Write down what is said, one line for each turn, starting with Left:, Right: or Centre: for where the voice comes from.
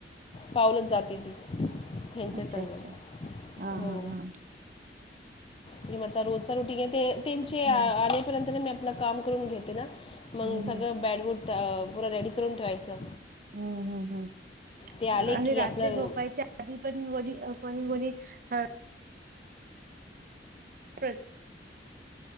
Left: पावलच जाते ती. त्यांच्या
Right: अच्छा
Left: संग
Right: अच्छा हा
Left: हो.
Right: हा हा
Left: आणि माझा रोजचा रूटीग ते त्यांचे आपर्यंत
Right: हं
Left: मी. आप काम करून घेते ना, मग
Right: हं हं
Left: सगळं बॅड वूड पुूरा रेडी करून ठेवायचं.
Right: हम्म हम्म हम्
Left: ते आले
Right: आणि
Left: की
Right: रात्री
Left: आपलं
Right: झोपायच्या- आधी पण वडी कोणी वरी अं.. प्र.